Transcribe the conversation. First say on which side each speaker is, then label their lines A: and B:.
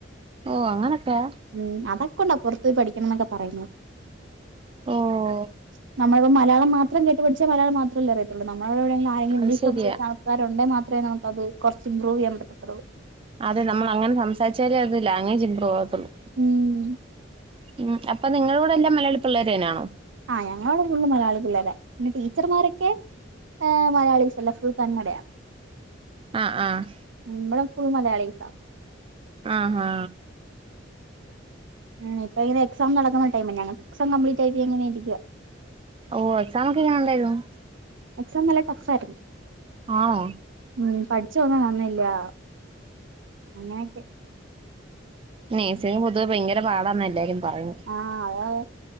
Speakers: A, on the right; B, on the right.
A: ഓഹ് അങ്ങനെക്കാ
B: ഉം അതൊക്കെണ്ടാ പൊറത്തു പോയി പഠിക്കണംന്നൊക്കെ പറയുന്നെ
A: ഓഹ്
B: <unintelligible> നമ്മളിപ്പം മലയാളം മാത്രം കേട്ടുപഠിച്ചാൽ മലയാളം മാത്രല്ലേ അറിയത്തോള്ളൂ നമ്മളവി <unintelligible> ആരെങ്കിലും
A: അത്
B: ഇംഗ്ലീഷ്
A: ശരിയാ
B: സംസാരിക്കുന്ന ആൾക്കാരൊണ്ടേ മാ ത്രേ നമക്കത് കൊറച്ച് ഇമ്പ്രൂവ് ചെയ്യാൻ പറ്റത്തോള്ളു
A: അതെ നമ്മളങ്ങനെ സംസാരിച്ചാലേ അത് ലാംഗ്വേജ് ഇമ്പ്രൂവകത്തോള്ളു
B: ഉം
A: ഉം അപ്പ നിങ്ങളക്കുടെ എല്ലാം മലയാളി പിള്ളേര് തന്നെയാണോ
B: ആഹ് ഞങ്ങള് ഫുള്ളും മലയാളി പിള്ളരാ പിന്നെ ടീച്ചർമ്മാരൊക്കെ ആഹ് മലയാളിസല്ല ഫുൾ കന്നഡയാ
A: ആഹ് ആഹ്
B: ഉം ബെടെ ഫുൾ മലയാളീസാ
A: ആഹ് ഹാ
B: ഉം ഇപ്പയ്ന് എക്സാം നടക്ക്ന്ന ടൈമാ ഞങ്ങക്ക് ക്സാം കംപ്ലീറ്റായിട്ട് ങ്ങെനെയിരിക്കുവാ
A: ഓഹ് എക്സാമൊക്കെ എങ്ങെനെ ഉണ്ടായ്‌ര്ന്നു
B: എക്സാം നല്ല ടഫായ്ര്ന്ന്
A: ആഹ്
B: ഉം പഠിച്ചൊന്നും വന്നില്ലാ അങ്ങെനെക്കെ
A: നെഴ്സിങ്ങ് പൊതുവെ ഭയങ്കെര പാടാന്നാ എല്ലാരും പറയ്
B: ആഹ് അത്